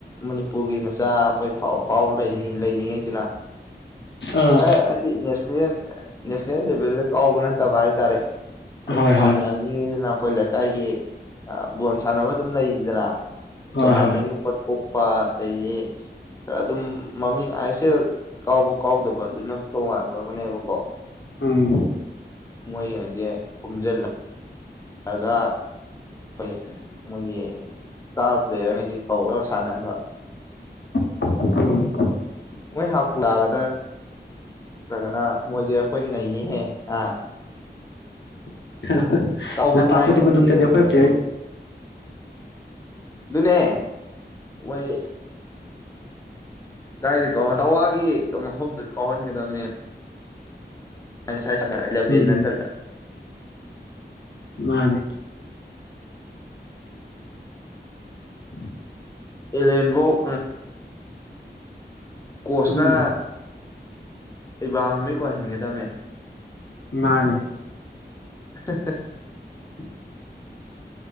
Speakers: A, on the left; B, on the left.
A: ꯃꯅꯤ ꯄꯨꯒꯤ ꯃꯆꯥ ꯑꯩꯈꯣꯏ ꯐꯥꯎ ꯐꯥꯎꯔꯤ ꯂꯩꯔꯤꯉꯩꯗꯅ
B: ꯑꯥ
A: ꯑꯦ ꯑꯩꯗꯤ ꯅꯦꯁꯅꯦ ꯅꯦꯁꯅꯦꯜ ꯂꯦꯚꯦꯜꯗ ꯀꯥꯎꯕ ꯅꯠꯇꯕ ꯍꯥꯏꯇꯥꯔꯦ ꯑꯩꯅ
B: ꯍꯣꯏ
A: ꯁꯥꯟꯅꯍꯅꯤꯡꯉꯤꯗꯅ
B: ꯍꯣꯏ
A: ꯑꯩꯈꯣꯏ ꯂꯩꯀꯥꯏꯒꯤ ꯕꯣꯜ ꯁꯥꯟꯅꯕ ꯑꯗꯨꯝ ꯂꯩꯗꯅ
B: ꯍꯣꯏ
A: ꯇꯣꯔꯅꯥꯃꯦꯟꯒꯨꯝꯕ
B: ꯍꯣꯏ
A: ꯊꯣꯛ ꯄꯥ ꯑꯗꯒꯤ ꯑꯗꯨꯝ ꯃꯃꯤꯡ ꯑꯁꯦꯜ ꯀꯥꯎꯕꯨ ꯀꯥꯎꯗꯕ ꯑꯗꯨꯅ ꯇꯣꯉꯥꯟꯕ ꯑꯃꯅꯦꯕꯀꯣ
B: ꯎꯝ
A: ꯃꯣꯏꯉꯩꯁꯦ ꯈꯣꯝꯖꯤꯜ ꯂꯒꯥ ꯑꯩꯏ ꯃꯣꯏꯒꯤ ꯏꯁꯇꯥꯔ ꯄ꯭ꯂꯦꯌꯔꯉꯩꯁꯤ ꯀꯧꯔꯒ ꯁꯥꯟꯅꯍꯟꯕ
B: ꯎꯝ
A: ꯃꯣꯏ ꯍꯥꯞꯄꯨꯒꯗ ꯒꯅ ꯃꯣꯏꯦ ꯑꯩꯏ ꯅꯩꯅꯏꯅꯤ ꯍꯦꯍꯥ
B: <inaudible>
A: ꯀꯥꯎꯕꯨꯕꯗꯤ
B: ꯂꯝꯄꯥꯛ
A: ꯇꯥꯏꯌꯦꯛ
B: ꯈꯨꯗꯤꯛ
A: ꯈꯪꯗꯦ
B: ꯈꯨꯗꯤꯛꯇꯗꯤ ꯑꯩꯈꯣꯏ
A: ꯃꯅꯤꯄꯨꯔ
B: ꯄ꯭ꯂꯦꯌꯔ
A: ꯑꯗꯨꯅꯦ ꯃꯣꯏ ꯀꯥꯏꯗ ꯠꯑꯋꯥꯒꯤ ꯃꯐꯝꯗ ꯀꯧꯍꯟ ꯈꯟꯒ ꯃꯦ ꯄꯁꯕꯅꯠꯇꯗ
B: ꯎꯝ ꯃꯥꯅꯦ ꯎꯝ
A: ꯑꯦꯂꯦꯟꯕꯣ ꯎ ꯀꯣꯁꯅꯥ
B: ꯎꯝ
A: ꯑꯩꯕꯥꯕꯥꯃꯤ ꯀꯍꯦꯟꯒꯦꯗꯃꯦ
B: ꯃꯥꯅꯦꯦ
A: <unintelligible>